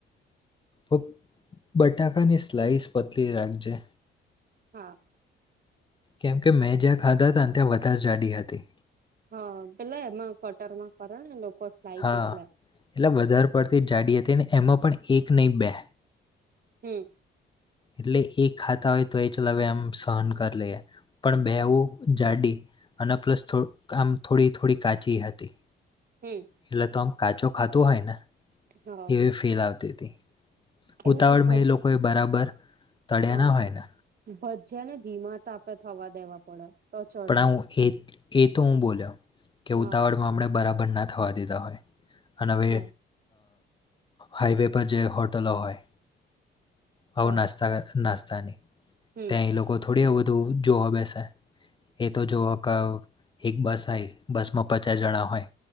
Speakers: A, on the left; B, on the right.
A: તો બટાકાની સ્લાઇસ પતલી રાખજે
B: હા
A: કેમ કે મેં જ્યાં ખાધા હતાને ત્યાં વધારે જાડી હતી
B: હ પેલા એમાં કટર માં કર લોકો સ્લાઈસ
A: હા
B: એટલે
A: એટલે વધારે પડતી જાડી હતી ને એમાં પણ એક નહી બે
B: હમ
A: એટલે એક ખાતા હોય તો એ ચલાવે આમ સહન કરી લઈએ પણ બેવું જાડી અને પ્લસ થો આમ થોડી થોડી કાચી હતી
B: હમ
A: એટલે તો આમ કાચો ખાતું હોય ને
B: હા
A: એવી ફીલ આવતી હતી
B: એને
A: ઉતાવળમાં
B: ભજ
A: એ લોકોએ બરાબર તળ્યા
B: હા
A: ના હોય ને
B: ભજ્યા ને ધીમા તપે થવા દેવા પડે તો ચઢે
A: પણું એ એ તો હું બોલ્યો કે
B: હા
A: ઉતાવળમાં હમણે બરાબર ના થવા દીધા હોય અને હવે
B: હા
A: હાઈવે પર જે હોટલો હોય આવું
B: હા
A: નાસ્તા મા નાસ્તાની
B: હમ
A: ત્યાં એ લોકો થોડી વધધું જોવા બેસે એ તો જો એક બસ આય બસ માં પચાસ જણા હોય